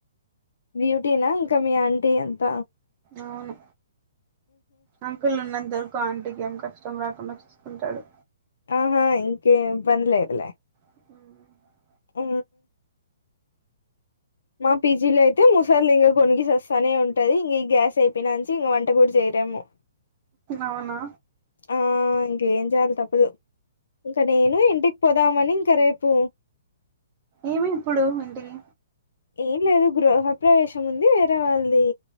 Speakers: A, on the left; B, on the right.
A: బ్యూటీనా మీ ఆంటీ అంత
B: అవును అంకుల్ ఉన్నంత ఉన్నంత వరకు ఆంటికి ఏం కష్టం రాకుండా చూసుకుంటాడు
A: ఆహా ఇంకేం ఇబ్బంది లేదు లే
B: అ
A: ఆ మా పీజీలో అయితే ముసళ్ది ఇంక గొనిగి సస్థానే ఉంటది ఇంక గ్యాస్ అయిపోయినాంచి ఇంక వంట కూడా చేయరెమో
B: అవునా
A: ఆ ఇంకా ఏం చేయాలి తప్పదు ఇంకా నేను ఇంటికి పోదాం అని ఇక రేపు
B: ఏమి ఇప్పుడు ఇంటికి
A: ఏం లేదు గృహప్రవేశం ఉంది వేరే వాళ్ళది